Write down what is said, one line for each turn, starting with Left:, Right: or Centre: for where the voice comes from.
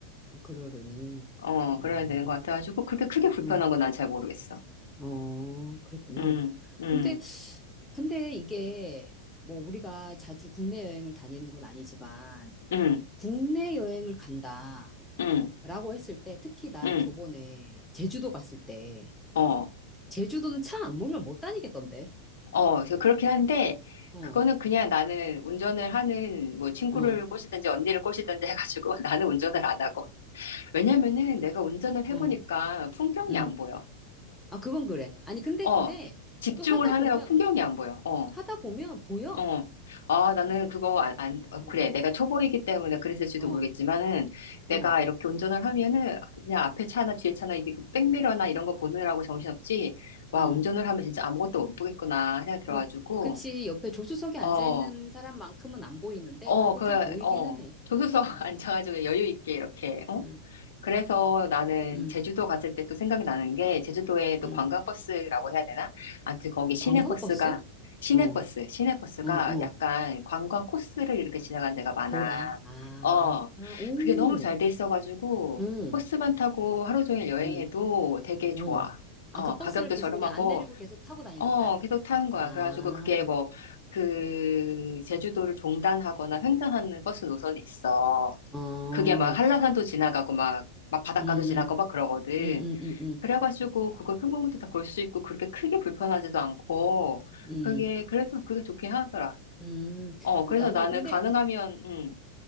Centre: 아, 그러려니.
Left: 어,
Centre: 어,
Left: 그러면 되는 것 같아가지고, 그렇게 크게 불편한
Centre: 응.
Left: 건 난 잘 모르겠어.
Centre: 어, 그랬구나.
Left: 음, 음,
Centre: 근데, 근데 이게 뭐 우리가 자주 국내 여행을 다니는 건 아니지만
Left: 음,
Centre: 국내 여행을 간다라고
Left: 음,
Centre: 했을 때 특히 나
Left: 음,
Centre: 저번에 제주도 갔을 때
Left: 어.
Centre: 제주도는 차 안 몰면 못 다니겠던데.
Left: 어, 그래서 그렇게 하는데,
Centre: 어,
Left: 그거는 그냥 나는 운전을 하는, 뭐, 친구를
Centre: 어,
Left: 꼬시든지 언니를 꼬시든지 해가지고 <laughs> 나는 운전을 안 하고. 왜냐면은 내가 운전을 해보니까
Centre: 어,
Left: 풍경이
Centre: 음.
Left: 안 보여.
Centre: 아, 그건 그래. 아니, 근데,
Left: 어,
Centre: 근데
Left: 집중을
Centre: 또 하다
Left: 하느라고
Centre: 보면,
Left: 풍경이 안 보여. 어,
Centre: 하다 보면 보여.
Left: 어. 아, 나는 그거 안, 안, 어,
Centre: 어,
Left: 그래. 내가 초보이기 때문에 그랬을지도
Centre: 어,
Left: 모르겠지만은
Centre: 어,
Left: 내가 이렇게 운전을 하면은 그냥 앞에 차나 뒤에 차나 이게 그 백미러나 이런 거 보느라고 정신없지. 와,
Centre: 음.
Left: 운전을 하면 진짜 아무것도 못 보겠구나 생각 들어가지고.
Centre: 음, 그치. 옆에 조수석에 앉아있는
Left: 어.
Centre: 사람만큼은 안 보이는데
Left: 어,
Centre: 그래도
Left: 그,
Centre: 좀 보이기는
Left: 어,
Centre: 해.
Left: 조수석 <laughs>
Centre: 음,
Left: 앉아가지고 여유 있게 이렇게, 어?
Centre: 음,
Left: 그래서 나는
Centre: 음,
Left: 제주도 갔을 때 또 생각이 나는 게, 제주도에 또
Centre: 음.
Left: 관광버스라고 해야 되나? 아무튼 거기 시내버스가,
Centre: 관광버스?
Left: 시내버스,
Centre: 어, 어,
Left: 시내버스가
Centre: 어.
Left: 약간 관광 코스를 이렇게 지나가는 데가 많아.
Centre: 돌아. 아,
Left: 어,
Centre: 오,
Left: 그게 너무 잘 돼 있어가지고,
Centre: 응,
Left: 버스만 타고 하루 종일 여행해도
Centre: 응,
Left: 되게 좋아.
Centre: 응.
Left: 어,
Centre: 아, 그 버스를
Left: 가격도
Centre: 계속
Left: 저렴하고,
Centre: 그냥 안 내리고 계속 타고 다니는
Left: 어,
Centre: 거야?
Left: 계속 타는 거야.
Centre: 아,
Left: 그래가지고 그게 뭐, 그, 제주도를 종단하거나 횡단하는 버스 노선이 있어.
Centre: 어,
Left: 그게 막 한라산도
Centre: 음,
Left: 지나가고 막, 막 바닷가도
Centre: 음,
Left: 지나고 막 그러거든.
Centre: 음, 음, 음,
Left: 그래가지고 그거 평범도 다 볼 수 있고 그렇게 크게 불편하지도 않고,
Centre: 음,
Left: 그게, 그래서 그게 좋긴 하더라.
Centre: 음.
Left: 어,
Centre: 그
Left: 그래서
Centre: 나는
Left: 나는
Centre: 근데
Left: 가능하면, 음,